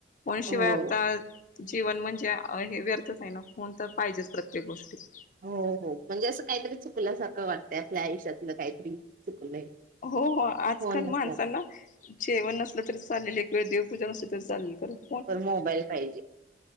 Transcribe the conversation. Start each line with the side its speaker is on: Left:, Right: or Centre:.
Left: पण शिवाय
Right: हो
Left: आता जीवन म्हणजे हे व्यर्थच आहे ना होन तर पाहिजेच प्रत्येक गोष्टीत.
Right: हो हो म्हणजे असं काहीतरी चुकल्यासारखं वाटतंय आपल्या आयुष्यातलं काहीतरी चुकलंय.
Left: हो हो आजकाल
Right: फोन नसला
Left: माणसांना
Right: तर
Left: जेवण नसलं तरी चालेल एक वेळ देवपूजा नसली तरी चालेल -
Right: पण मोबाईल पाहिजे.